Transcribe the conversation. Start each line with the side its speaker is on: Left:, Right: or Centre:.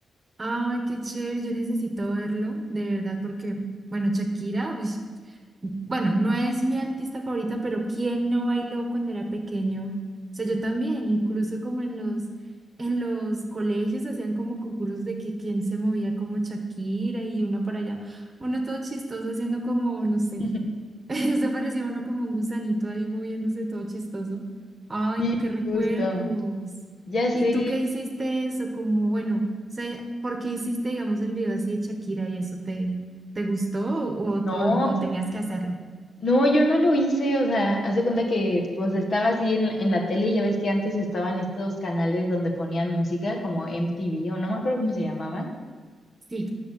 Right: Ay, qué chévere. Yo necesito verlo, de verdad, porque, bueno, Shakira, uy, bueno, no es mi artista favorita, pero ¿quién no bailó cuando era pequeño? O sea, yo también, incluso como en los, en los colegios hacían como concursos de que quién se movía como Shakira y uno para allá, uno todo chistoso haciendo como, no sé.
Left: <laughs>
Right: <laughs> Eso parecía uno como un gusanito ahí moviéndose todo chistoso. Ay,
Left: Sí,
Right: no, qué recuerdos.
Left: justo. Ya sé.
Right: ¿Y tú qué hiciste eso? Como, bueno, o sea, ¿por qué hiciste, digamos, el video así de Shakira y eso te, te gustó o, o
Left: No,
Right: no tenías que hacerlo?
Left: no, yo no lo hice. O sea, haz de cuenta que pues estaba así en, en la tele. Ya ves que antes estaban estos canales donde ponían música como MTV o no me acuerdo cómo se llamaban.
Right: Sí,